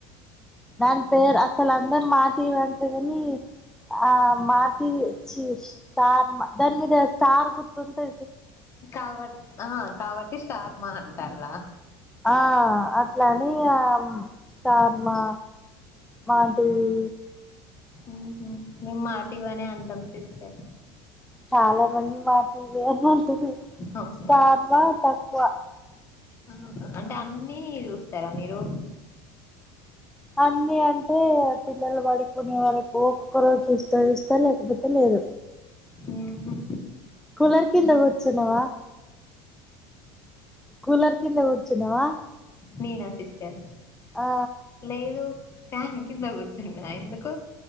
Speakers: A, in the centre; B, on the left (about 25°).
A: దాని పేరు అసలు అందరు మాటీవి అంట్రూ కని, ఆ మాటివి చి స్టార్ మ దాని మీద స్టార్ గుర్తుంటే
B: కాబట్ ఆ కాబట్టి స్టార్ మ అన్ టాల
A: ఆ అట్లని ఆ స్టార్ మా మాటివి
B: ఉ హు మేమ్ మాటివి అనే అంటాం సిస్ చే
A: చాలా మంది మాటివే అని అంటరు
B: అవును
A: స్టార్ మా తక్కువ
B: ఆహా అంటే అన్నీ చూస్తారా మీరు
A: అన్ని అంటే పిల్లలు పడుకునే వరకు ఒక్కొక్క రోజు చూస్తా చూస్తా లేకపోతే లేదు
B: ఉహూ
A: కులర్ కింద కూచ్చున్నవా కూలర్ కింద కూచున్నావా
B: నీనా సిస్టర్
A: ఆ
B: లేదు ఫాన్ కింద కూర్చున్నా ఎందుకు